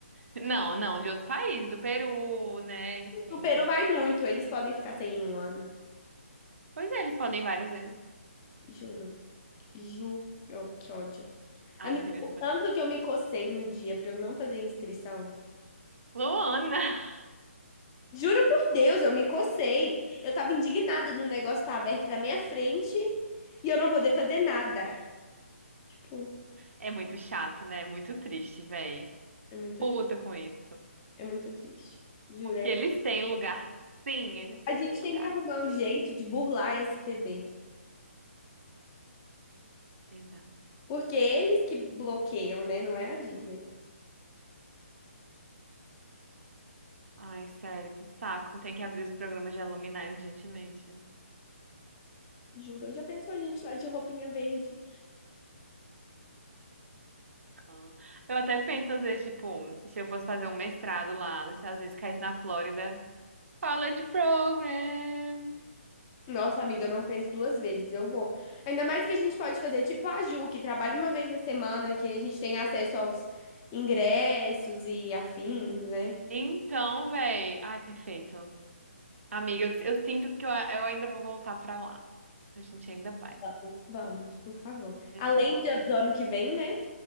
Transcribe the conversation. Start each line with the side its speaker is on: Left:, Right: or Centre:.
Right: Não, não, de outros países, do Peru, né? Enfim.
Left: O Peru vai muito, eles podem ficar sem em um ano.
Right: Pois é, eles podem várias vezes.
Left: Juro, juro, que ódio.
Right: Ai,
Left: Amiga,
Right: seria
Left: o
Right: o sonho.
Left: tanto que eu me cocei no dia pra eu não fazer inscrição.
Right: Luana! <laughs>
Left: Juro por Deus, eu me cocei. Eu tava indignada do negócio estar aberto na minha frente e eu não poder fazer nada. Tipo,
Right: É muito chato, né? É muito triste, véi.
Left: é muito,
Right: Puta
Left: tri-
Right: com isso.
Left: é muito triste. Juro. é-
Right: Que eles têm lugar. Sim, eles têm
Left: A gente
Right: lugar.
Left: tem que arrumar um
Right: Sim.
Left: jeito de burlar esse TB.
Right: Exato.
Left: Porque eles que bloqueiam, né? Não é a Disney.
Right: Ai, sério, que saco. Tem que abrir os programas de alumni urgentemente.
Left: Juro, já pensou a gente lá de roupinha verde?
Right: Ah. Eu até penso, às vezes, tipo, se eu fosse fazer um mestrado lá nos Estados Unidos, caísse na Flórida. College Program.
Left: Nossa, amiga, eu não penso duas vezes, eu vou. Ainda mais que a gente pode fazer tipo a Ju, que trabalha uma vez na semana, que a gente tem acesso aos ingressos e afins, né?
Right: Então, véi. Ai, perfeito. Amiga, eu, eu sinto que eu, eu ainda vou voltar pra lá. A gente ainda vai.
Left: Vamos, vamos, por favor.
Right: De
Left: Além
Right: tempo ao
Left: de-
Right: tempo.
Left: do ano que vem, né?